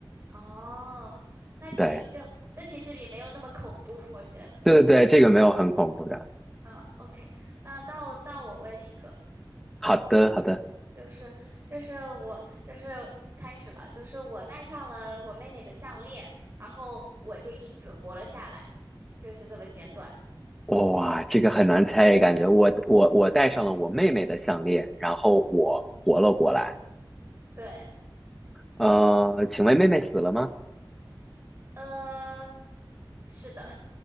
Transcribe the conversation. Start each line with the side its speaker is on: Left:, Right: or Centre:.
Right: 哦，那其实就，
Centre: 对
Right: 那其实也没有那么恐怖，<laughs> 我觉得。
Centre: 对对对，这个没有很恐怖的。
Right: 嗯，OK，那到到我问一个，
Centre: 好的好的。
Right: 就是就是我就是开始了，就是我戴上了我妹妹的项链，然后我就因此活了下来，就是这么简短。
Centre: 哇，这个很难猜，感觉我我我戴上了我妹妹的项链，然后我活了过来。
Right: 对，
Centre: 呃，请问妹妹死了吗？
Right: 呃，是的。